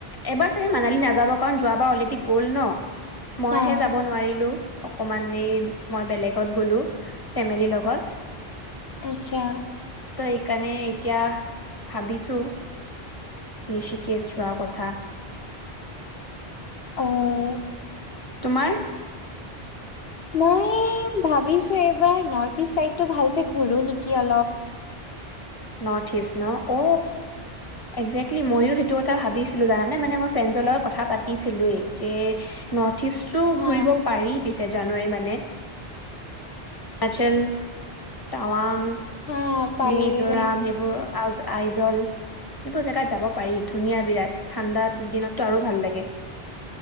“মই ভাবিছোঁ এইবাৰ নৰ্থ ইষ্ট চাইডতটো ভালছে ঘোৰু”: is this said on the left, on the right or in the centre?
Left